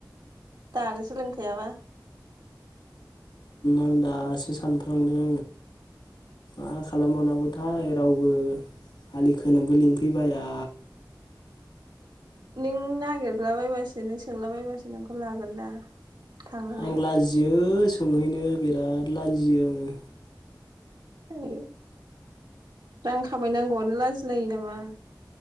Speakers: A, on the right (about 70°); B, on the left (about 80°).
A: दानो सोलोंखायाबा
B: आंं दासो सानफ्लांदों आङो मा खालामबावनांगौथाय रावबो आलि खोनोबो लिंफैबाया
A: नों नागिरलाबायबासो नों सोंलाबायबासो नोंखौ लागोन दा। थांनानै
B: आं लाजियो सोंहै नो बिराद लाजियो आङो।
A: <unintelligible> रां खामायनांगौआनो लाजिलायो नामा